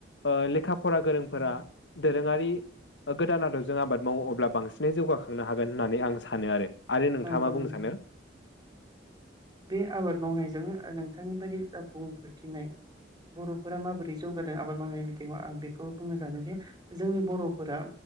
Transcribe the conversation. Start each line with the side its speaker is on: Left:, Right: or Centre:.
Left: ओ लेखा फरा गोरोंफोरा दोरोङारि ओ गोदान आदबजों आबाद मावो अब्ला बांसिनै जौगाखांनो हागोन होननानै आं सानो आरो। आरो नोंथाङा
Right: नंगौ
Left: मा बुंनो
Right: नंगौ
Left: सानो?
Right: बे आबाद मावनायजों नोंथांनि बायदि जा बुंफोरथिनाय बर'फोरा माबोरै जौगादों आबाद मावनायनि बिथिङाव आं बेखौ बुंनो सानो जे जोंनि बर'फोरा